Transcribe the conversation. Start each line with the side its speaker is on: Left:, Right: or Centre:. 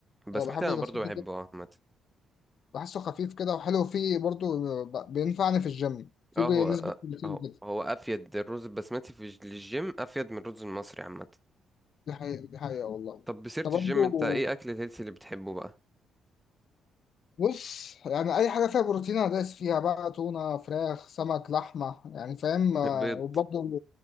Centre: البسمتي
Left: أه، بحب
Centre: انا
Left: البسمتي
Centre: برضو بحبه
Left: جدا
Centre: اه عامة.
Left: بحسه خفيف كده وحلو فيه برضو ب- بينفعني في الجيم فيه
Centre: اه هو
Left: نسبه
Centre: آه،
Left: بروتين
Centre: هو
Left: كده
Centre: هو افيد الرز البسمتي في الج- للجيم افيد من الرز المصري عامة
Left: دي حقيقة دي حقيقة والله
Centre: طب بسيرة
Left: طب برضه
Centre: الجيم انت ايه اكل الهيلثي اللي بتحبه بقى
Left: بص يعني أي حاجة فيها بروتين أنا دايس فيها بقى تونة فراخ سمك لحمة يعني فاهم آه،
Centre: بيض
Left: وبرضه